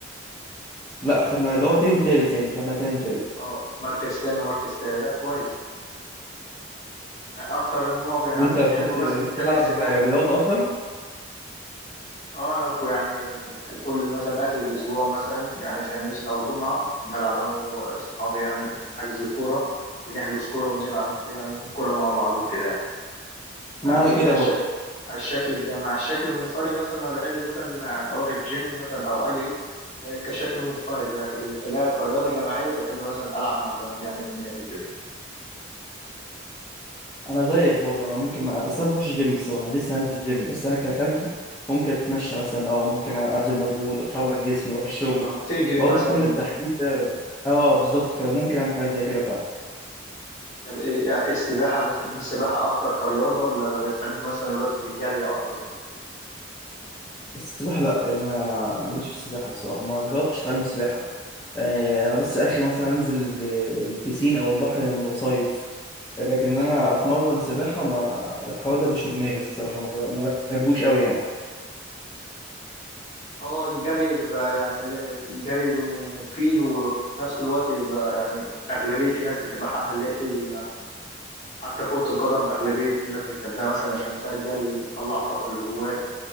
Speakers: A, on the left; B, on the left.
A: لا خدنا اللي هو تاني وتالت يعني خدنا تاني وتالت
B: اه مركز تاني ومركز تالت طب كويس يعني اكتر النوع ب- يعني
A: وانت
B: بتحبه
A: كنت
B: مثلا
A: بتلعب
B: بتحب السباحة
A: رياضة أصلا؟
B: اه انا كو- يعني كل مثلا اخر الاسبوع مثلا يعني خميس او جمعة بلعب انا واصحابي يعني حجز كورة بنحجز كورة ونلعب يعني كورة مع بعض وكده يعني
A: ما انا كده
B: ده
A: برضه
B: ش... على الشكل الجماعي على الشكل المنفرد مثلا انا بحب مثلا يعني اروح الجيم مثلا او اجري ده كشكل منفرد لكن ك- كرياضه جماعيه بحب مثلا العب مع زمايلي يعني في النادي وكده
A: انا زيك برضه انا ممكن ما... بس انا بروحش الجيم الصراحه لسه هنزل الجيم بس انا كفردي ممكن اتمشى مثلا اه ممكن ابذل مجهود اتحرك جسمي اروح الشغل
B: او تجري
A: برضه
B: مثلا
A: كل التحريك ده اه بالظبط كده ممكن اعمل حاجات زي كده فعلا
B: طب إيه- يعني السباحه بتحب السباحه اكتر كرياضه ولا بتحب مثلا الرياضه في الجري اكتر
A: بس السباحه لا يعني ما ماليش في السباحه الصراحه ما جربتش اتعلم سباحه آه انا بس اخي مثلا انزل ال- البيسين او البحر لما بصيف لكن إن انا اتمرن سباحه ما الحوار ده مش في دماغي الصراحه ما ما بحبوش قوي يعني
B: هو الجري بيبقى يعني ل- الجري بيبقى مفيد وفي نفس الوقت بيبقى يعني أغلبية الناس بتبقى حابة اللي هي تجري يعني حتى كرة القدم أغلبية الناس بتحبها مثلا عشان فيها الجري بتطلع الطاقة اللي جواها